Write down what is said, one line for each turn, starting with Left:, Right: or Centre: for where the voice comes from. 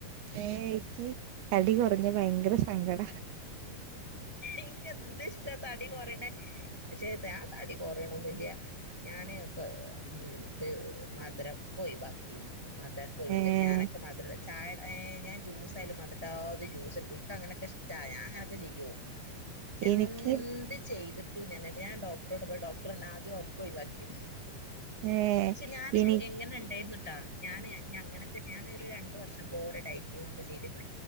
Right: ഏ ഇക്ക് തടി കുറഞ്ഞ ഭയങ്കര സങ്കട.
Centre: ഇൻക്ക് എന്ത് ഇഷ്ടാ തടി കൊറയണേ. പക്ഷെ ഞാൻ തടി കൊറയൊണൊന്നില്ല. ഞാന് ഉം ഇത്, മത്രൊക്കെ ഒഴിവാക്കിന്നു. മധരക്കൊ ഒഴിക്ക
Right: ഏഹ്
Centre: ഞാനൊക്കെ മത് ര, ചായ ഞാൻ ജൂസായാലും മത്ര്ടാതെ ജ്യൂസടുക്കും. ഇക്ക അങ്ങനെയൊക്കെ ഇഷ്ട്ടാ. ഞാൻ അങ്ങനൊക്കെ ചെയ്യു. എന്ത്
Right: എനിക്ക്
Centre: ചെയ്തിട്ടു ഞാ ഞ ഞാൻ ഡോക്ടറോടെ പോയ്. ഡോക്ടർ എന്ന ആദ്യം ഉറക്ക് ഒഴിവാക്കിന്.
Right: ഏഹ്
Centre: ക്ഷെ ഞാന്
Right: എനി
Centre: ഇങ്ങനെ ഉണ്ടായിര്ന്ന്ട്ടാ. ഞാന് ഞങ്ങനൊക്കെ ഞാനൊരു രണ്ടു വർഷം പോറേ ഡയറ്റിങ് ഒക്കെ ചെയ്ത്ക്ണ്.